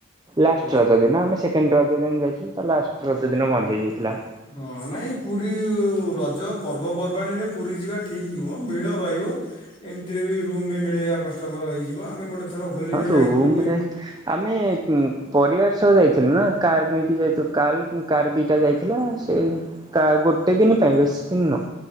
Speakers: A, on the right; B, on the left.
A: ଲାଷ୍ଟ
B: ଓହୋ।
A: ରଜ ଦିନ ଆମେ ସେକେଣ୍ଡ ରଜ ଦିନ ଯାଇଥିଲୁ ତା ଲାଷ୍ଟ ରଜ ଦିନ ବନ୍ଦ ହେଇଯାଇଥିଲା।
B: ହଁ ନାଇଁ ପୁରୀ ରଜ ପର୍ବପର୍ବାଣୀରେ ପୁରୀ ଯିବା ଠିକ ନୁହଁ ଭିଡ ରହି ରହିବ ଏମିତିରେ ବି ରୁମ ବି ମିଳିବା କଷ୍ଟକର ହେଇଯିବ ଆମେ ଗୋଟେ ଥର ହୋଲିରେ
A: ହଁ
B: ଯାଇଥିଲୁ
A: ରୁମରେ
B: ଏ
A: ଆମେ ପରିବାର ସହ ଯାଇ ଥିଲୁ ନା କାର ନେଇକି ଯାଇଥିଲୁ କାର କାର ଦିଟା ଯାଇଥିଲା ସେ କ ଗୋଟେ ଦିନ ପାଇଁ ବେଶି ନ